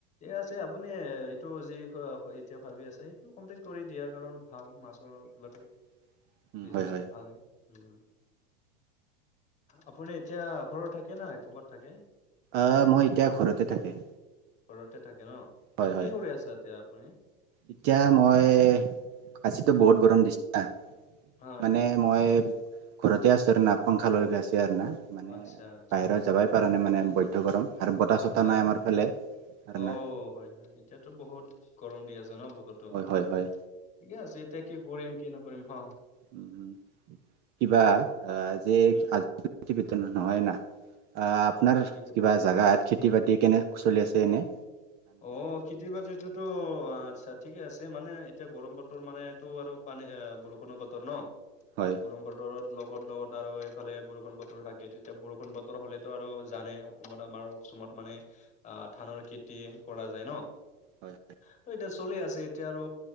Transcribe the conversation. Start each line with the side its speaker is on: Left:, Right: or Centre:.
Left: এ আছে আপ- আপুনি এইটো যি এতিয়া ভাবি আছে এইটো কমপ্লিট কৰি দিয়া কাৰণ ভাল মাছৰ কিবাটো-
Right: <inaudible>
Left: বিজনেচটো
Right: হয় হয়
Left: ভালে, উম'। আপুনি এতিয়া ঘৰত থাকে না ক'বাত থাকে?
Right: অঁ' মই এতিয়া ঘৰতে থাকে।
Left: ঘৰতে থাকে ন,
Right: হয় হয়
Left: কি কৰি আছা এতিয়া আপুনি?
Right: এতিয়া মই আজিতো বহুত গৰম দিছে।
Left: হয়
Right: মানে
Left: হয় হয়।
Right: মই ঘৰতে আছো আৰু না পংখা লৈ গৈ আছে আৰু না। মানে
Left: আচ্ছা আচ্ছা
Right: বাহিৰত
Left: আচ্ছা
Right: যাবাই পৰা নাই মানে বৈধ গৰম আৰু বতাহ চতাহ
Left: হয়
Right: নাই
Left: হয়।
Right: আমাৰ ফালে। আৰু
Left: অ'
Right: না
Left: হয় হয়, এতিয়াতো বহুত গৰম দি আছে ন বতৰত-
Right: হয়
Left: ত
Right: হয় হয়
Left: ঠিকে আছে এতিয়া কি কৰিম কি নকৰিম হঁ'।
Right: উম' কিবা আহ যে
Left: উম হুম।
Right: কিবা নহয় নহয়না। আ আপোনাৰ
Left: কি ক
Right: কিবা জাগাত খেতি বাতি কেনে চলি আছে এনেই?
Left: অ' খেতি বাতিটোত- টো আৎচ্ছা ঠিকে আছে মানে এতিয়া গৰম বতৰ মানেটো আৰু পানী বৰষুণৰ বতৰ ন।
Right: হয়।
Left: ৰ বতৰ লগত লগত আৰু এইফালে বৰষুণ বতৰ থাকে তেতিয়া বৰষুণ বতৰ হলেতো আৰু- জানে অসমত আমাৰ অসমত মানে আহ ধানৰ খেতি কৰা যায় ন।
Right: হয়
Left: ত এটা চলি আছে এতিয়া আৰু